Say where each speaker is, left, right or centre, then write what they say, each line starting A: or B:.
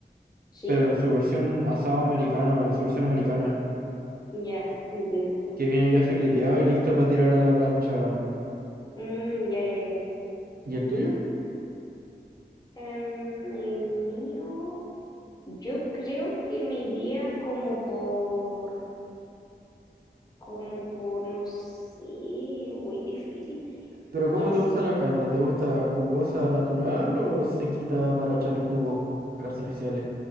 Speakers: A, on the left; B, on the right.
A: ¿Sí?
B: pero en su versión asado americano, en su versión americana,
A: Ya, entiendo.
B: que viene ya fileteado y listo para tirar a la plancha. weón.
A: Mm, ya, ya, ya.
B: ¿Y el tuyo?
A: Y, em, el mío, yo creo que me iría como por, como por, no sé, muy difícil.
B: ¿Pero
A: Ya
B: cómo te
A: sé.
B: gusta la carne? ¿Te gusta jugosa natural o sequita para echarle jugos artificiales?